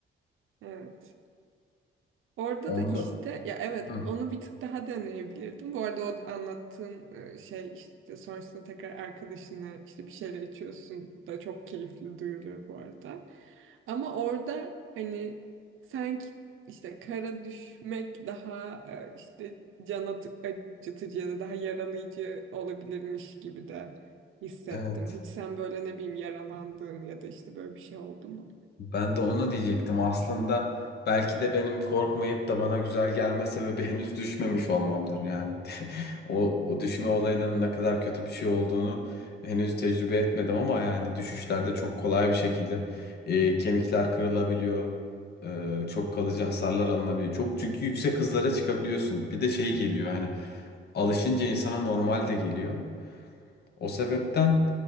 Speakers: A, on the right (about 70°); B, on the left (about 50°).
A: Evet. Orada
B: Onda
A: da işte ya evet
B: Hı,
A: onu bir tık daha deneyebilirdim. Bu arada o anlattığın e, şey işte sonrasında tekrar arkadaşına işte bir şeyler içiyorsun da çok keyifli duyuluyor bu arada. Ama orada hani sanki işte kara düşmek daha e, işte can atı- acıtıcı ya da daha yaralayıcı olabilirmiş gibi de hissettim.
B: evet.
A: Hiç sen böyle ne bileyim yaralandığın ya da işte böyle bir şey oldu mu?
B: Ben de onu diyecektim. Aslında belki de benim korkmayıp da bana güzel gelme sebebi <laughs> henüz düşmemiş olmamdır. Yani <laughs> o, o düşme olayının ne kadar kötü bir şey olduğunu henüz tecrübe etmedim ama yani düşüşlerde çok kolay bir şekilde e, kemikler kırılabiliyor. E, çok kalıcı hasarlar alınabiliyor. Çok çünkü yüksek hızlara çıkabiliyorsun. Bir de şey geliyor yani alışınca insana normal de geliyor. O sebepten